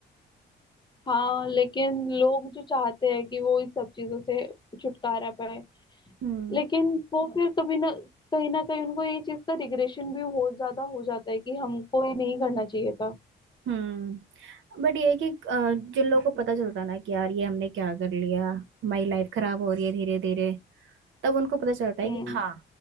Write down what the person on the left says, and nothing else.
हाँ लेकिन लोग जो चाहते हैं कि वो इन सब चीजों से छुटकारा पाए
लेकिन वो फिर कभी ना कहीं ना कहीं उनको ये चीज का रिग्रेशन भी बहुत ज्यादा हो जाता है कि हमको ये नहीं करना चाहिए था
हम्म